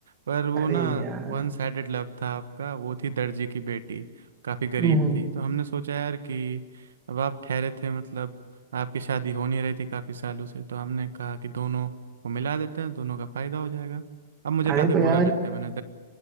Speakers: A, on the right; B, on the right.
A: पर वो
B: अरे
A: ना
B: यार
A: वन साइडेड लव था आपका वो थी दर्जी की बेटी काफी गरीब
B: हम्म हम्म।
A: थी तो हमने सोचा यार कि अब आप ठहरे थे मतलब आपकी शादी हो नहीं रही थी काफी सालों से तो हमने कहा कि दोनों को मिला देते हैं दोनों का फायदा हो जाएगा अब मुझे
B: अरे
A: काफी
B: तो
A: बुरा
B: यार
A: लगता है मैंने